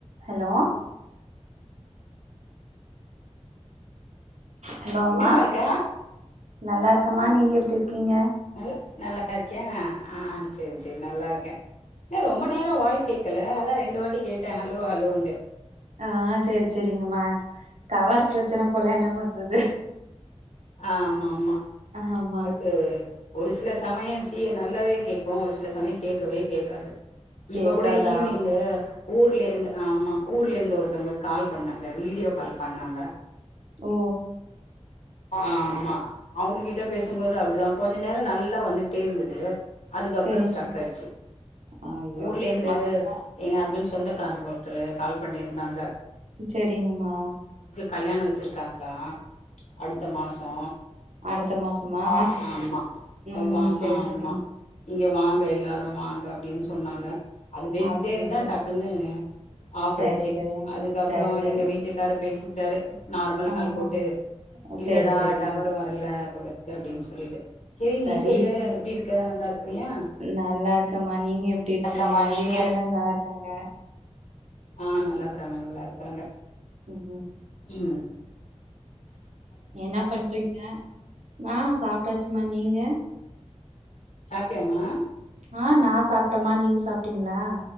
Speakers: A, on the right (about 75°); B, on the left (about 85°).
A: Hello hello அம்மா
B: எப்டிமா இருக்க
A: நல்லாருக் கமா நீங்க எப்படி இருக்கீங்க
B: நல் நல்லா இருக்கியா ஆஹ் சரி சரி நல்லா இருக்க ஏ ரொம்ப நேரம் வாய்ஸ் கேட்கல அதா ரெண்டு வாட்டி கேட்ட ஹலோ ஹலோன்ட்டு
A: ஆஹ் சரி சரிங்கம்மா டவர் பிரச்சன போல என்ன பண்றது
B: ஆ் ஆமா ஆமா
A: ஆமா
B: அது ஒரு சில சமயம் சீ நல்லவே கேட்கு ஒரு சில சமயோ கேட்கவே கேட்காது இப்ப
A: கேக்காது
B: கூட ஈவினிங்கு
A: ஆமா
B: ஊர்ல இருந்து ஆமா ஊர்ல இருந்து ஒருத்தவங்க கால் பண்ணாங்க வீடியோ கால் பண்ணாங்க
A: ஓ
B: ஆமா அவங்ககிட்ட பேசும்போது அப்படிதா கொஞ்சோ நேரோ நல்லா வந்துகிட்டே இருந்தது அதுக்கப்ரோ
A: சேரிங்க
B: ஸ்டக் ஆயிடுச்சு
A: ஐயோ
B: ஊர்ல இருந்து
A: அப்டிதா
B: எங்க ஹஸ்பண்ட் சொந்தக்காரங்க ஒருத்தரு கால் பண்ணியிருந்தாங்க
A: சரிங்கம்மா
B: கல்யாண வச்சிருக்காங்களா அடுத்த மாஷோ
A: அடுத்த மாசமா
B: ஆமா ஆமா
A: ம்
B: <unintelligible>
A: சேரி
B: ஆமா
A: சேரிங்க
B: இங்க வாங்க எல்லாரும் வாங்க அப்படின்னு சொன்னாங்க அது பேசிக்கிட்டே
A: அப்டின்ட்டு
B: இருந்தா டக்குன்னு ஆஃப்
A: சேரி
B: ஆயிடுச்சு
A: சேரிங்க
B: அதுக்கப்ரோ
A: சேரி சேரிங்க
B: எங்க வீட்டுக்கார பேச ட்டாரு நார்மல்
A: ஆமா
B: கால் போட்டு இல்லடா
A: சேரி சேரிங்க
B: டவர் வரல கொள்ள இருக்கு அப்படின்னு சொல்லிட்டு செரி
A: சரி
B: நீ சொல்லு எப்டி இருக்க நல்லா இருக்கிறியா
A: நல்லா இருக்கேம்மா நீங்க எப்படி இருக்கீங்க
B: வணக்கம்மா நீங்க
A: வீட்ல எல்லா நல்லா இருக்காங்க
B: ஆஹ் நல்லா இருக்காங்க நல்லா இருக்காங்க
A: உம் உம்
B: உம்
A: என்ன பண்றீங்க நா சாப்ட்டாச்சுமா நீங்க
B: சாப்டியாமா
A: ஆஹ் நா சாப்ட்டேம்மா நீங்க சாப்ட்டீங்களா